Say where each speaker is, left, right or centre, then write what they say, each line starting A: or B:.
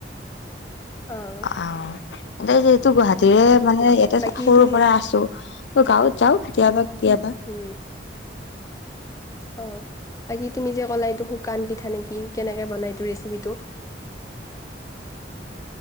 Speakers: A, on the left; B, on the left.
A: অ
B: অ' এইয়াতে যিহেতু গুৱাহাটীৰে মানে ইয়াতে
A: বাকী
B: সৰু
A: তুমি
B: পৰা আছো ত' গাঁওত যাওঁ কেতিয়াবা কেতিয়াবা।
A: উম অ' বাকী তুমি যে ক'লা এইটো শুকান পিঠা নে কি কেনেকে বনাই এইটো ৰেচিপিটো।